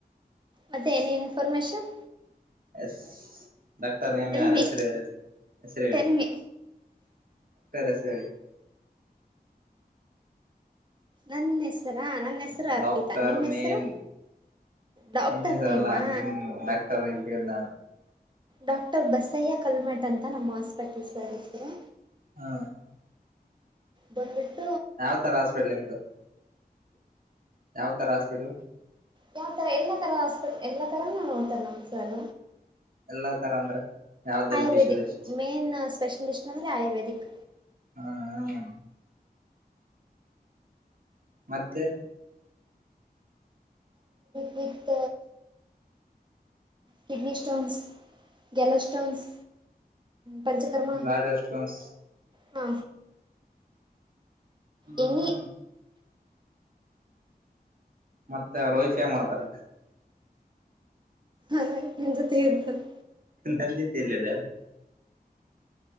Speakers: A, on the right (about 30°); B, on the right (about 60°).
A: ಮತ್ತೆ ನ ಇನ್ಫರ್ಮೇಷನ್
B: ಎಸ್ ಡಾಕ್ಟಾರ್ನ ಯಾರ
A: ಮಿ
B: ಹೆಸರಿ ಹೇಳ ಹೆರಿ ಹೇಳಿ
A: ಟೆಲ್ ಮಿ
B: ಟಸ <inaudible>
A: ನನ್ನ ಹೆಸರಾ ನನ್ನ ಹೆಸರು ಅರ್ಪಿತಾ
B: ಡಾಕ್ಟರ್
A: ನಿಮ್ಮ
B: ನೇಮ್
A: ಹೆಸರು ಡಾಕ್ಟರ್
B: ನಿಮ್ಗೆ ಹೆಸರಲ್ಲ
A: ನೇಮಾ
B: ನಿಮ್ ಡಾಕ್ಟರ್ ಗಿಡ್ಡ
A: ಡಾಕ್ಟರ್ ಬಸಯ್ಯ ಕಲ್ಮಠ ಅಂತ ನಮ್ಮ ಹಾಸ್ಪೆಟಲ್ ಸರ ಹೆಸರು
B: ಹ್ಮ
A: ಬಂದಬೇಕ
B: ಯಾವ್ ತರ ಹಾಸ್ಪಿಟ್ಲ್ ನಿಮ್ದು ಯಾವ ತರ ಹಾಸ್ಪಿಟ್ಲ್
A: ಯಾವ್ ತರ ಎಲ್ಲಾ ತರ ಆಸ್ಪಟ್ ಎಲ್ಲಾ ತರನ ನೋಡ್ತಾರ್ ನಮ್ ಸಾರ್
B: ಎಲ್ಲಾ ತರ ಅಂದ್ರೆ ಯಾವ್ದಲ್ಲಿ
A: ಆಯುರ್ವೇದಿಕ್
B: ಸ್ಪೆಷಲಿಸ್ಟ್
A: ಮೇನ್ ಸ್ಪೆಷಲಿಸ್ಟ್ ಅಂದ್ರೆ ಆಯುರ್ವೇದಿಕ್
B: ಹಾ ಹೌದ ಮತ್ತೆ
A: ವಿತ್ತ ಕಿಡ್ನಿ ಸ್ಟೋನ್ಸ್ ಗೆಲ್ಲ ಸ್ಟೋನ್ಸ್ ಪಂಚಕರ್ಮ
B: ಲಾಡಸ್ನ್ಸ್
A: ಹಾ
B: ಹಾ
A: ಎನಿ
B: ಮತ್ತೆ ರೋಹಿತ್ ಎನ್ ಮಾಡ್ತಾನ
A: ಆವರ ತಿಂದು ತ್ರಿ ಇರತನ್
B: ನೀ ತಂದಿದ್ ಎಲ್ಲಿ ಆದ